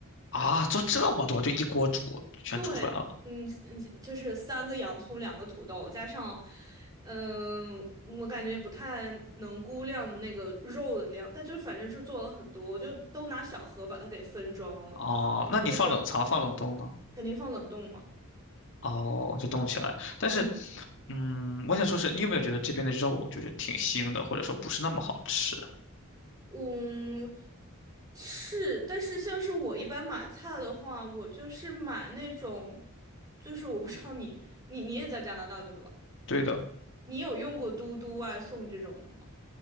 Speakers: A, on the left; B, on the right.
A: 啊！做这么多，就一锅煮，全煮出来了。
B: 对，嗯嗯，就是三个洋葱，两个土豆，加上，嗯、我感觉不太能估量那个肉的量，但就反正是做了很多，我就都拿小盒把它给分装了。
A: 哦，那你放冷藏放冷冻呢？
B: 我就准。肯定放冷冻嘛。
A: 哦，就冻起来。但是，
B: 嗯
A: 嗯，我想说是你有没有觉得这边的肉就是挺腥的，或者说不是那么好吃？
B: 嗯，是，但是像是我一般买菜的话，我就是买那种，就是我不知道你你你也在加拿大对吧？
A: 对的，
B: 你有用过嘟嘟外送这种的吗？